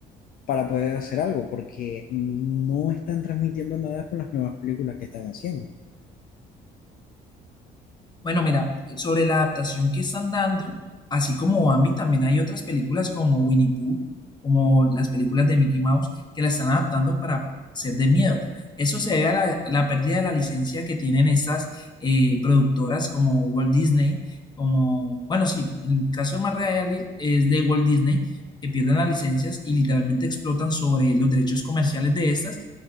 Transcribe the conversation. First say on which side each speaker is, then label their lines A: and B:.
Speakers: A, on the left (about 55°); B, on the left (about 25°).
A: para poder hacer algo, porque no están transmitiendo nada con las nuevas películas que están haciendo.
B: Bueno, mira, sobre la adaptación que están dando, así como Bambi, también hay otras películas como Winnie Pooh, como las películas de Mickey Mouse, que la están adaptando para ser de miedo. Eso se debe a la, la pérdida de la licencia que tienen estas eh, productoras como Walt Disney, como, bueno, sí, el caso más real es de Walt Disney, que pierden las licencias y literalmente explotan sobre los derechos comerciales de estas